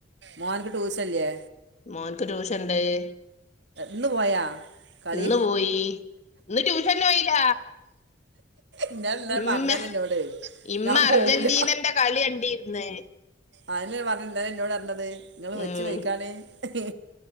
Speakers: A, on the right; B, on the left.
A: മോൻക്ക് ട്യൂഷല്ലേ
B: മോൻക്ക് ട്യൂഷൻണ്ട് ഉ
A: ഇന്ന് പോയാ കളി
B: ഇന്ന് പോയി ഇന്ന് ട്യൂഷന് പോയില്ല
A: ഇന്നലെ ഇന്നലെ
B: ഉമ്മ
A: പറഞ്ഞല്ലേ എന്നോട്
B: ഇമ്മ
A: ഞാൻ പോവൂല
B: അർജന്റീനന്റെ കളി കണ്ടിരന്ന്
A: അതല്ലേ പറഞ്ഞത് ഇന്നലെ എന്നോട് പറഞ്ഞത് നിങ്ങള്
B: ഉം
A: വെച്ചു വൈയിക്കാണ് ഏ